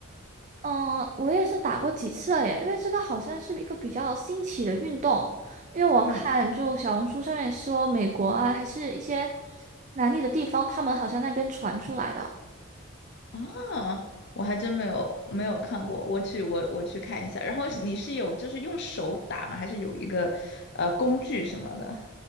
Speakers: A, on the right; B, on the left.
A: 嗯，我也是打过几次了耶，因为这个好像是一个比较新奇的运动，因为我看就小红书上面说美国啊，
B: 嗯。
A: 还是一些南美的地方，他们好像那边传出来的
B: 啊，我还真没有没有看过，我去我我去看一下。然后你是有就是用手打吗？还是有一个呃工具什么的？